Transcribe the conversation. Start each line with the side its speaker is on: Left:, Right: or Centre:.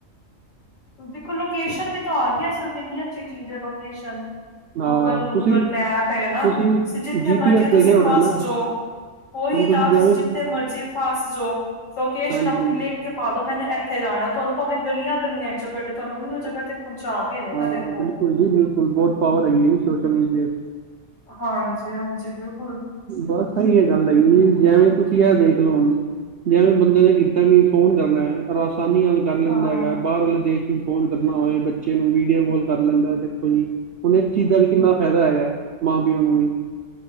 Left: ਦੇਖੋ, ਲੋਕੇਸ਼ਨ ਵੀ ਤਾਂ ਆ ਗਈ ਹੈ, ਅੱਜ ਕੱਲ੍ਹ ਕਿੰਨੀ ਅੱਛੀ ਚੀਜ਼ ਹੈ ਲੋਕੇਸ਼ਨ।
Right: ਹਾਂ,
Left: ਗੂਗਲ- ਗੂਗਲ
Right: ਤੁਸੀਂ
Left: ਮੈਪ, ਹੈ, ਨਾ
Right: ਤੁਸੀਂ
Left: ਜਿੱਥੇ
Right: ਜੀ
Left: ਮਰਜ਼ੀ
Right: ਪੀ ਐਸ
Left: ਤੁਸੀਂ
Right: ਦੇਖਿਆ ਹੋਣਾ
Left: ਫਸ
Right: ਨਾ,
Left: ਜਾਓ ਉਹੀ
Right: ਹੁਣ
Left: ਤਾਂ,
Right: ਜਿਵੇਂ
Left: ਤੁਸੀਂ ਜਿੱਥੇ ਮਰਜ਼ੀ ਫਸ ਜਾਓ, ਲੋਕੇਸ਼ਨ
Right: ਹਾਂਜੀ,
Left: ਆਪਣੀ ਲਿਖ। ਕੇ ਪਾ ਦੋ, ਮੈਨੇ ਇਥੇ ਜਾਣਾ ਆ, ਤੁਹਾਨੂੰ ਭਾਵੇਂ ਗਲੀਆਂ -ਗਲੀਆਂ, ਚੋਂ ਕੱਢੇ ਤੁਹਾਨੂੰ ਉਹੀ ਜਗ੍ਹਾ ਤੇ ਪਹੁੰਚਾ ਕੇ ਰਹੇਗਾ,
Right: ਹਾਂ
Left: ਦੇਖੋ।
Right: ਬਿਲਕੁਲ ਜੀ ਬਿਲਕੁਲ, ਬਹੁਤ ਪਾਵਰ ਹੈਗੀ ਜੀ, ਸੋਸ਼ਲ ਮੀਡੀਆ 'ਚ।
Left: ਹਾਂਜੀ- ਹਾਂਜੀ, ਬਿਲਕੁਲ।
Right: ਬਸ ਸਹੀ ਹੈ, ਗੱਲ ਹੈਗੀ ਜੀ, ਜਿਵੇਂ ਤੁਸੀਂ ਐ ਦੇਖ ਲਓ ਹੁਣ ਜਿਵੇਂ ਬੰਦੇ ਨੇ, ਕੀਤਾ ਵੀ ਫ਼ੋਨ ਕਰਨਾ ਹੈ, ਔਰ ਆਸਾਨੀ ਨਾਲ ਹੀ। ਕਰ ਲੈਂਦਾ
Left: ਹਾਂ-ਹਾਂ
Right: ਹੈਗਾ, ਬਾਹਰਲੇ ਦੇਸ਼ ਵਿੱਚ, ਫ਼ੋਨ ਕਰਨਾ ਹੋਵੇ, ਬੱਚੇ ਨੂੰ ਵੀਡੀਓ ਕੌਲ ਕਰ ਲੈਂਦਾ ਦੇਖੋ ਜੀ, ਹੁਣ, ਇਸ ਚੀਜ਼ ਦਾ ਵੀ, ਕਿੰਨਾ ਫਾਇਦਾ, ਹੈਗਾ ਮਾਂ ਪਿਓ ਨੂੰ ਵੀ